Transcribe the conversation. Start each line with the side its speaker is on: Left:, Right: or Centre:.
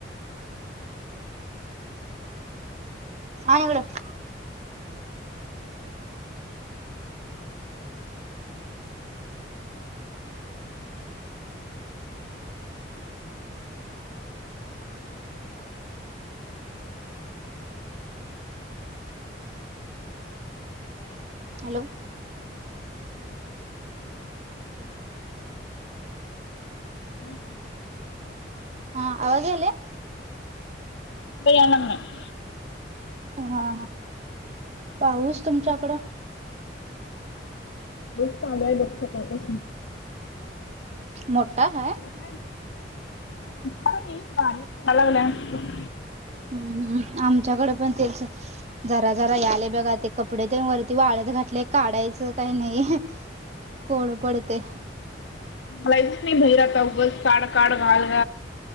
Right: माणीवड. हॅलो.
Left: बोलत.
Right: हा आगले.
Left: उ बयान नाही.
Right: हा पाहस तुमच्याकडं.
Left: बस चालू आहे बघ सकाळपासून.
Right: मोटा है.
Left: तिकडं काय मोठा नाही बारीक डला लागल्या.
Right: हम्म हम्म आमच्याकडे पण तेच. जरा जरा याले बघा ते कपडे ते वरती वाळत घातले काढायचं काही नाही. कोड पडते.
Left: मलाच नाही भैरता उघस काड काढ घाल.